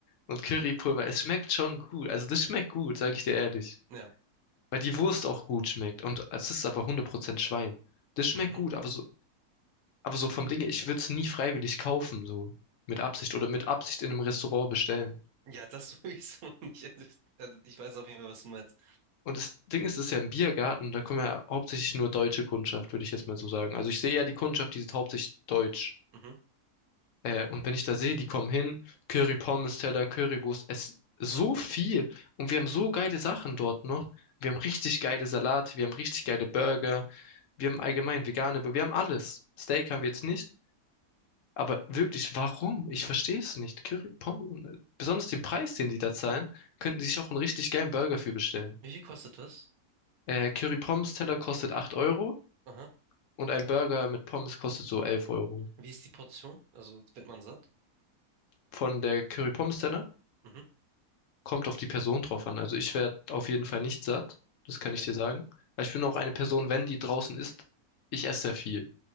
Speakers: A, on the left; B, on the right.
A: und Currypulver. Es schmeckt schon gut. Also das schmeckt gut, sage ich dir ehrlich.
B: Ja.
A: Weil die Wurst auch gut schmeckt. Und es ist aber 100% Schwein. Das schmeckt
B: Mhm.
A: gut, aber so, aber so vom Ding her, ich würde es nie freiwillig kaufen, so mit Absicht oder mit Absicht in einem Restaurant bestellen.
B: Ja, das sowieso <laughs> nicht. Also, Ich weiß auf jeden Fall, was du meinst.
A: Und das Ding ist, es ist ja ein Biergarten, da kommen ja hauptsächlich nur deutsche Kundschaft, würde ich jetzt mal so sagen. Also ich sehe ja die Kundschaft, die ist hauptsächlich deutsch.
B: Mhm.
A: Äh, und wenn ich da sehe, die kommen hin, Curry Pommes Teller, Currywurst, es so viel. Und wir haben so geile Sachen dort noch. Wir haben richtig geile Salate, wir haben richtig geile Burger, wir haben allgemein vegane, wir haben alles. Steak haben wir jetzt nicht. Aber wirklich, warum? Ich verstehe es nicht. Curry Pommes, besonders den Preis, den die da zahlen, könnten sie sich auch einen richtig geilen Burger für bestellen.
B: Wie viel kostet das?
A: Äh, Curry Pommes Teller kostet 8 Euro.
B: Aha.
A: Und ein Burger mit Pommes kostet so 11 Euro.
B: Wie ist die Portion? Also wird man satt?
A: Von der Curry Pommes Tenne
B: Mhm.
A: kommt auf die Person drauf an. Also ich werde auf jeden Fall nicht satt, das kann
B: Okay.
A: ich dir sagen. Aber ich bin auch eine Person, wenn die draußen ist, ich esse sehr viel.